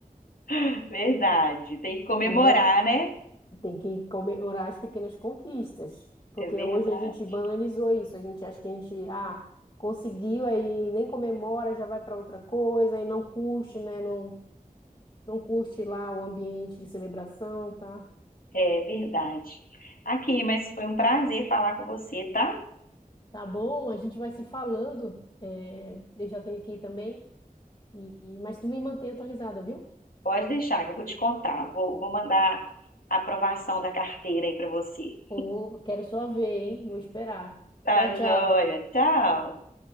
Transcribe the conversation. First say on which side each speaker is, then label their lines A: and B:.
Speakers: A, on the left; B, on the left.
A: <laughs> Verdade. Tem que comemorar,
B: né?
A: né?
B: Tem que comemorar as pequenas conquistas, porque
A: É verdade.
B: hoje a gente banalizou isso, a gente acha que a gente, ah, conseguiu, aí nem comemora, já vai para outra coisa, e não curte, né? Não, não curte lá o ambiente de celebração, tá?
A: É verdade. Aqui, mas foi um prazer falar com você, tá?
B: Tá bom, a gente vai se falando, é, eu já tenho aqui também, e, e- mas tu me mantém atualizada, viu?
A: Pode deixar, que eu vou te contar. Vou, vou mandar a aprovação da carteira aí pra você.
B: Ô, quero só ver, hein? Vou esperar.
A: Tá
B: Tchau, tchau.
A: joia. Tchau.